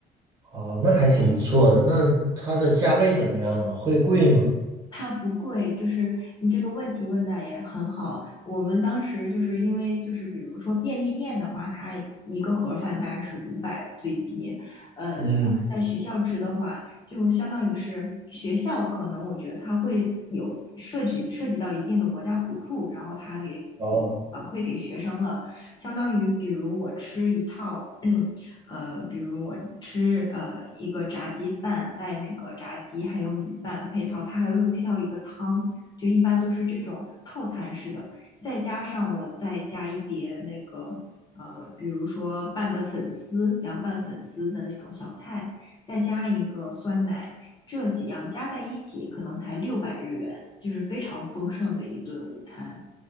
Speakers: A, on the right; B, on the left.
A: 哦，那还挺不错的。那它的价位怎么样啊？会贵吗？
B: 它不贵，就是你这个问题问的也很好。我们当时就是因为就是比如说便利店的话，它一个盒饭大概是五百最低，呃，
A: 嗯。
B: 在学校吃的话，就相当于是学校可能我觉得它会有涉及涉及到一定的国家补助，然后它给
A: 哦。
B: 反馈给学生了，相当于比如我吃一套 <clears throat> 呃，比如我吃呃一个炸鸡饭，带那个炸鸡还有米饭配套，它还会配套一个汤，就一般都是这种套餐式的，再加上我再加一碟那个呃，比如说拌的粉丝，凉拌粉丝的那种小菜。再加一个酸奶，这几样加在一起可能才六百日元，就是非常丰盛的一顿午餐，